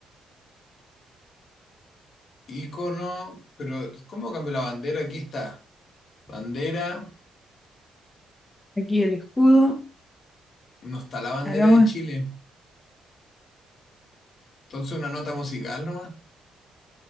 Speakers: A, on the left; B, on the left.
A: icono, pero ¿cómo cambio la bandera? Aquí está. Bandera,
B: Aquí el escudo.
A: no está la bandera
B: Hagamos
A: de Chile. Entonces, una nota musical nomás.